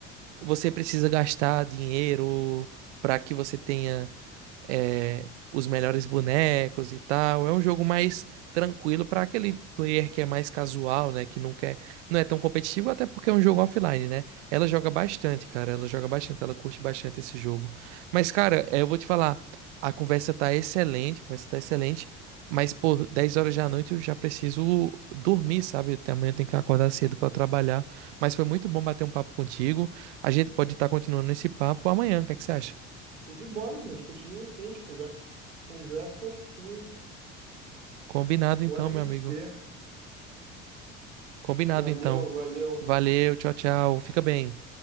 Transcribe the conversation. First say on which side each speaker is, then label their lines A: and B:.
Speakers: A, on the right; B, on the right.
A: você precisa gastar dinheiro pra que você tenha é, os melhores bonecos e tal. É um jogo mais tranquilo para aquele player que é mais casual, né? Que não quer, não é tão competitivo, até porque é um jogo offline, né? Ela joga bastante, cara. Ela joga bastante, ela curte bastante esse jogo. Mas, cara, é, eu vou te falar, a conversa tá excelente, a conversa tá excelente. Mas, pô, 10 horas da noite eu já preciso dormir, sabe? Até Amanhã eu tenho que acordar cedo para trabalhar. Mas foi muito bom bater um papo contigo. A gente pode estar continuando esse papo amanhã. O que é que você acha?
B: Tô de bola, mano. A gente continua assim, a gente conver- conversa assim.
A: Combinado
B: Pode
A: então, meu
B: ser.
A: amigo. Combinado
B: Valeu,
A: então.
B: valeu.
A: Valeu, tchau, tchau. Fica bem.